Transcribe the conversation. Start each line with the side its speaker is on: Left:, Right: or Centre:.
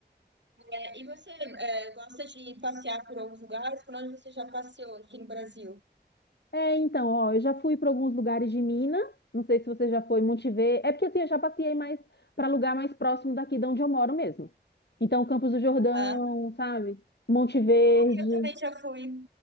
Right: É, E você é, gosta de passear por alguns lugares? Por onde você já passeou aqui no Brasil?
Left: É, então, ó, eu já fui para alguns lugares de Minas. Não sei se você já foi em Monte Verde. É porque assim, eu já passei mais para lugar mais próximo daqui de onde eu moro mesmo. Então, Campos do Jordão,
Right: Aham.
Left: sabe? Monte Verde,
Right: Ah, eu também já fui